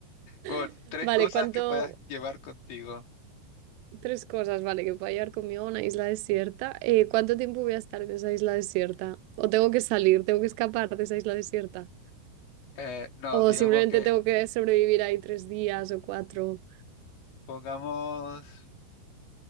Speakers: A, on the left (about 85°); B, on the right (about 80°).
A: bueno,
B: <laughs>
A: tres
B: Vale,
A: cosas
B: ¿cuánto?
A: que puedas llevar contigo.
B: Tres cosas, vale, que pueda llevar conmigo a una isla desierta. Eh, ¿cuánto tiempo voy a estar en esa isla desierta? ¿O tengo que salir, tengo que escapar de esa isla desierta?
A: Eh, no,
B: ¿O
A: digamos
B: simplemente
A: que
B: tengo que sobrevivir ahí tres días o cuatro?
A: pongamos